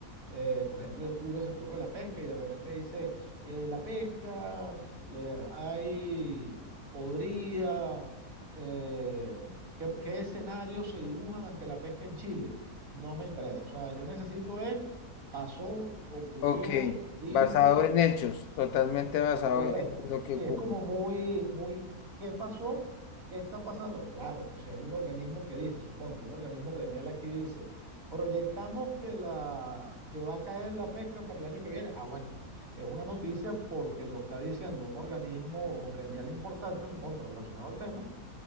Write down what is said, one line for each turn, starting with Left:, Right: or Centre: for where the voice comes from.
Right: eh, por ejemplo, yo cubro el sector de la pesca y de repente dice, eh, la pesca, le- hay, podría, eh, ¿qué, qué escenarios se dibujan ante la pesca en Chile? No me interesa, o sea, yo necesito es, pasó, ocurrió,
Left: Ok,
Right: dijo,
Left: basado en hechos, totalmente basado
Right: Correcto.
Left: en lo que
Right: Sí,
Left: ocurre.
Right: es como muy, muy, ¿qué pasó? ¿Qué está pasando? Claro, si hay un organismo que dice, suponte, un organismo gremial aquí dice, proyectamos que la, que va a caer la pesca para el año que viene. Ah, bueno, es una noticia porque lo está diciendo un organismo gremial importante, suponte, relacionado al tema,